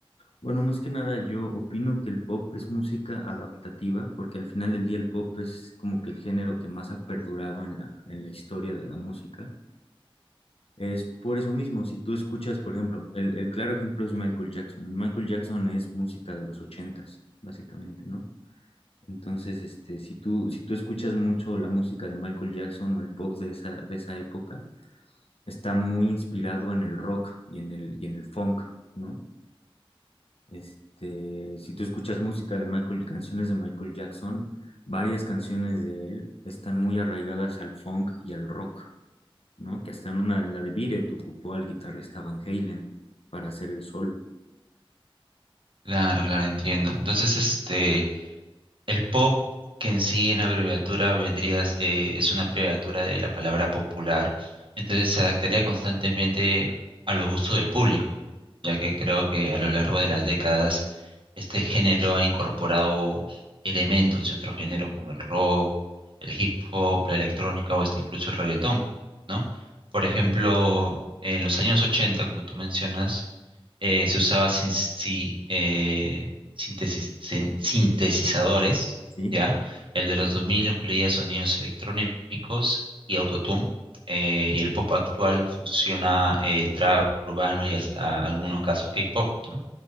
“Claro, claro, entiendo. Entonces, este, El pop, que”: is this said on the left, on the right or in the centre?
Right